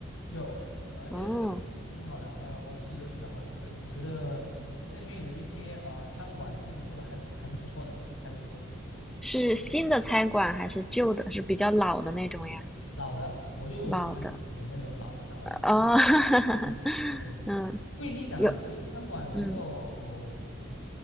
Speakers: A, on the left (about 90°); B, in the centre.
A: 有，而且这个挺好的，
B: 哦，
A: 呃，我自己都去了好几次，我觉得那里面有一些呃餐馆确实做的还还是不错的，还是不错的。
B: 是新的餐馆还是旧的？是比较老的那种呀？
A: 老的我就喜欢点那种老的餐馆去。
B: 老的，哦，
A: 嗯，
B: <laughs>
A: 对，因
B: 嗯，
A: 为你想啊，
B: 有，
A: 如果一个餐馆能够
B: 嗯